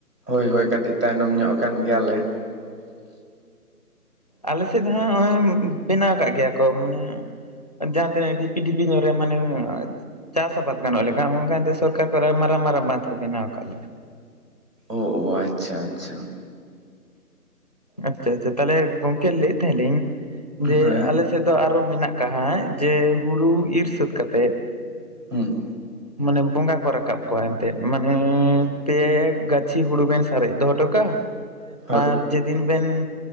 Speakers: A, on the right; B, on the left.
A: ᱦᱳᱭ ᱦᱳᱭ ᱠᱟᱹᱴᱤᱡ ᱛᱟᱭᱱᱚᱢ ᱧᱚᱜ ᱟᱠᱟᱱ ᱜᱮᱭᱟᱞᱮ
B: ᱟᱞᱮ ᱥᱮᱫ ᱫᱚ ᱦᱟᱸᱜ ᱱᱚᱜᱼᱚᱭ ᱵᱮᱱᱟᱣ ᱠᱟᱜ ᱜᱮᱭᱟ ᱠᱚ ᱢᱟᱱᱮ ᱡᱟᱦᱟ ᱛᱤᱱᱟᱹᱜ ᱰᱷᱤᱯᱤ ᱰᱷᱤᱯᱤ ᱧᱚᱜ ᱨᱮ ᱢᱟᱱᱮ ᱪᱟᱥ ᱟᱵᱟᱫ ᱜᱟᱱᱚᱜ ᱞᱮᱠᱟ, ᱚᱱᱠᱟ ᱫᱚ ᱥᱚᱨᱠᱟᱨ ᱠᱚᱨᱮ ᱢᱟᱨᱟᱝ ᱢᱟᱨᱟᱝ ᱵᱟᱸᱫᱷ ᱠᱚ ᱵᱮᱱᱟᱣ ᱠᱟᱜ ᱞᱮᱭᱟ ᱾
A: ᱚ ᱟᱪᱪᱷᱟ ᱟᱪᱪᱷᱟ ᱾
B: ᱟᱪᱪᱷᱟ ᱟᱪᱪᱷᱟ ᱛᱟᱦᱞᱮ ᱜᱚᱝᱠᱮ ᱞᱟᱹᱭᱮᱫ ᱛᱟᱦᱮᱸᱞᱤᱧ ᱡᱮ
A: ᱦᱮᱸ
B: ᱟᱞᱮ ᱥᱮᱫ ᱫᱚ ᱟᱨᱦᱚ ᱢᱮᱱᱟᱜ ᱟᱠᱟᱫ ᱡᱮ ᱦᱩᱲᱩ ᱤᱨ ᱥᱟᱹᱛ ᱠᱟᱛᱮᱫ
A: ᱦᱩᱸ,
B: ᱢᱟᱱᱮ ᱵᱚᱸᱜᱟ ᱠᱚ ᱨᱟᱠᱟᱵ ᱠᱚᱣᱟ ᱮᱱᱛᱮᱫ ᱢᱟᱱᱮ ᱯᱮ ᱜᱟᱹᱪᱷᱤ ᱦᱩᱲᱩ ᱵᱮᱱ ᱥᱟᱨᱮᱡ ᱫᱚᱦᱚ ᱦᱚᱴᱚ ᱠᱟᱜᱼᱟ
A: <unintelligible>
B: ᱟᱨ ᱡᱮᱫᱤᱱ ᱵᱮᱱ